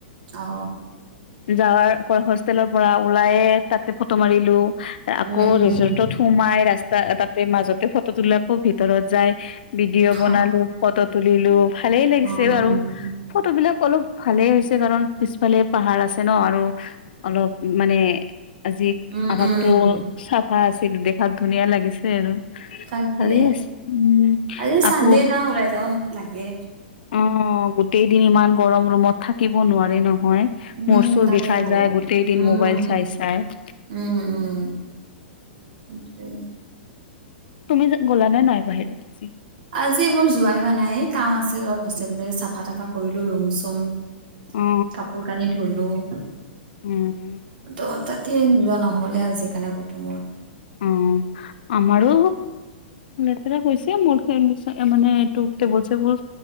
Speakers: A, on the right; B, on the left.
A: অ
B: যাৱাৰ ক হোষ্টেলৰ পৰা ওলাই তাতে ফটো মাৰিলো আকৌ
A: উম উম
B: ৰিজৰ্টত সোমাই ৰাস্তা তাতে মাজতে ফটো তোলাক খুব ভিতৰত যায় ভিডিঅ' বনালো
A: উম,
B: ফটো তুলিলো ভালেই লাগিছে
A: উম,
B: বাৰু ফটো বিলাক অলপ ভালে হৈছে কাৰণ পিছফালে পাহাৰ আছে ন আৰু অলপ মানে আজি
A: উম,
B: আভা
A: উম,
B: টো চাফা আছিল দেখাত ধুনীয়া লাগিছে আৰু
A: তাকে
B: ভালেই আছে উ
A: আজি চানডে
B: আকৌ
A: না ওলাই যাব লাগে।
B: অ অ গোটেই দিন ইমান গৰম ৰুমত থাকিব নোৱাৰে ন মই
A: উম,
B: মোৰ চুৰ
A: তাকেতো
B: বিষাই যায় গোটেই দিন
A: উম,
B: মবাইল চাই চাই উ
A: উম, উম। সেইটোৱে।
B: তুমি গ'লা নে নাই বাহিৰত আজি
A: আজি মোৰ যোৱাই হোৱা নাই কাম আছিল অলপ হোষ্টেলতে চাফা তাফা কৰিলো ৰুম চুম
B: অ
A: কাপোৰ কানি ধলো ত'
B: উম
A: তাতে যোৱা নহয় হ'লে আ যি কেণে কতো মোৰ
B: অ আমাৰো লেতেৰা হৈছে মোৰ ফেন বিছ মানে এইটো টেবুল চেবুল